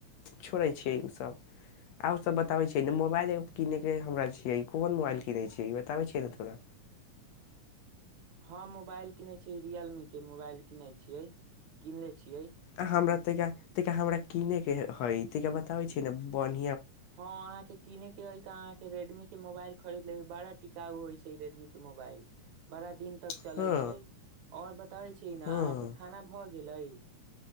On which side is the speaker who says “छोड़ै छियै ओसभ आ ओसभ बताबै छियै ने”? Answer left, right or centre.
Left